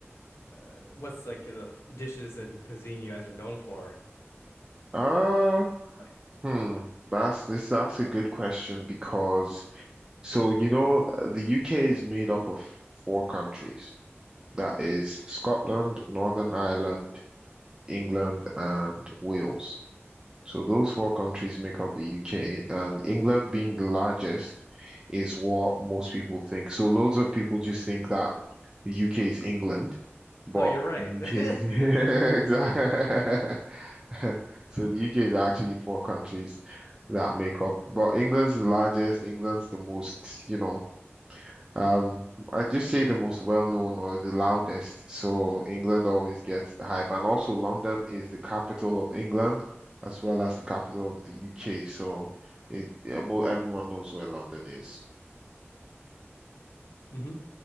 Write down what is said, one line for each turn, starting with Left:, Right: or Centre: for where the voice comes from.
Left: uh, what's like the f- dishes and cuisine you guys are known for.
Right: Uh,
Left: Like,
Right: hmm. That's this. That's a good question because so you know the UK is made up of four countries. That is Scotland, Northern
Left: <laughs> all
Right: Ireland,
Left: right.
Right: England, and Wales. So those four countries make up the UK, and England being the largest is what most people think. So loads of people just think that the UK is England, but
Left: Oh, you're right.
Right: the UK is <laughs> yeah,
Left: <laughs>
Right: exactly. <laughs> So the UK is actually four countries that make up, but England's the largest, England's the most, you know, um, I just say the most well-known or the loudest, so England always gets the hype. And also London is the capital of England as well as the capital of the UK, so it, yeah, mo everyone knows where London is.
Left: hmm